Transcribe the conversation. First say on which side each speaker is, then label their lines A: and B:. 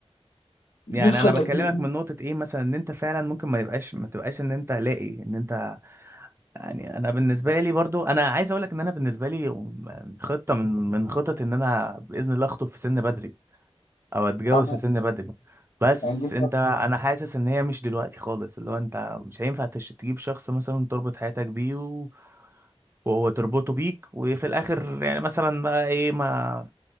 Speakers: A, on the right; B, on the left.
A: يعني
B: دي الخطه
A: انا بكلمك
B: دي إيه؟
A: من نقطه ايه مثلا ان انت فعلا ممكن ما يبقاش ما تبقاش ان انت لاقي ان انت يعني انا بالنسبه لي برضو انا عايز اقول لك ان انا بالنسبه لي خطه من من خطط ان انا باذن الله اخطب في سن بدري او اتجوز
B: آه،
A: في سن بدري بس
B: يعني دي
A: انت انا حاسس ان هي مش دلوقتي خالص اللي هو انت مش هينفع تش- تجيب شخص مثلا تربط حياتك بيه و... وهو تربطه بيك وفي الاخر يعني مثلا بقى ايه ما